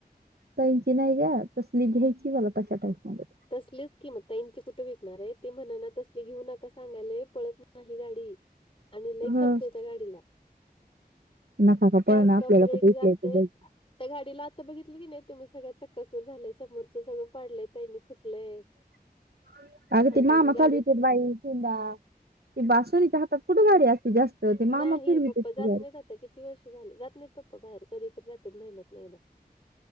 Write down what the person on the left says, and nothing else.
तसलीच कि मगं त्यांची कुठं विकणार आहे ते म्हणाना तसले घेऊ नका सांग सांगाले पळत नाही गाडी आणि लई
खर्च आहे त्या गाडीला
सारखा
ब्रेक
जातंय
त्या गाडीला आता बघितलं की नाही तुम्ही सगळं चक्काचूर झालंय समोरच सगळं पाडलंय त्यांनी फुटलंय
अजून
गाडी
नाही
पप्पा
जात
नाहीत आता किती वर्ष झाले जात नाहीत पप्पा बाहेर कधी तर जातात महिन्यातन एकदा